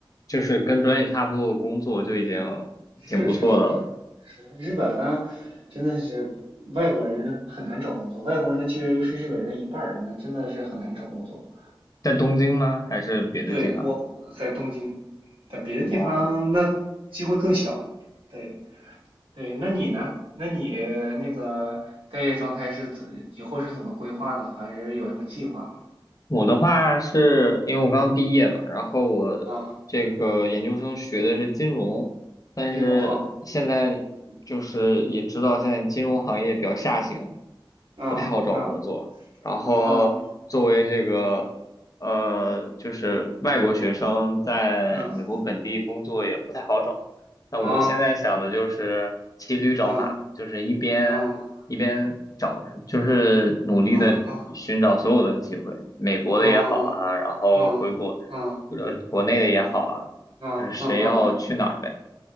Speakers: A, on the left; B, on the right.
A: 就是跟专业差不多的工作就已经挺不错的了。
B: 是是是是是，日本呢，真的是外国人很难找工作，外国人的就业率是日本人的一半儿，那真的是很难找工作。
A: 在东京吗？还是别的地方？
B: 对，我在东京，在别的地方那机会更小了。
A: 哦。
B: 对对，那你呢？那你那个待业状态是怎以后是怎么规划的？还是有什么计划吗？
A: 我的话是因为我刚毕业嘛，然后我这个研究生学的是金融，
B: 啊，
A: 但是现在就是也知道现在金融行业比较下行，
B: 金融啊，啊啊
A: 不太好找工作。然后作为这个呃，
B: 啊
A: 就是外国学生在美国本地工作也不太好找。
B: 啊
A: 那我现在想的就是骑驴找马，
B: 啊啊
A: 就是一边。
B: 啊啊
A: 一边找，就是努力的寻找所有的机会，
B: 啊啊
A: 美国的也好啊，
B: 啊啊
A: 然后回国，
B: 啊。啊
A: 呃，国内的也好啊，
B: 啊啊啊啊！
A: 就是谁要去哪儿呗。